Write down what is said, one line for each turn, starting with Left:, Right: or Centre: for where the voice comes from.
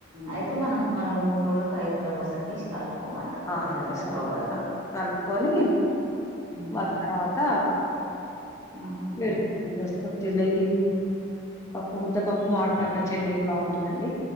Right: అయితే మనం మళ్ళ మూడు రోజులకు ఒక ఐదు రోజులకొసారి తీషి కలుపుకోమంటడు
Left: ఆ
Right: ఏదైన
Left: తీసుకోండి
Right: తక్కువ పడితే
Left: ఆ! కలుపుకొని
Right: హ్మ్.
Left: మళ్ళ తర్వాత
Right: ఆహా!
Left: వేడి నెక్స్ట్ కొంచెం నెయ్యి పప్పు ముద్దపప్పు మాడికాయ్ పచ్చడి నెయ్యి బావుంటదండి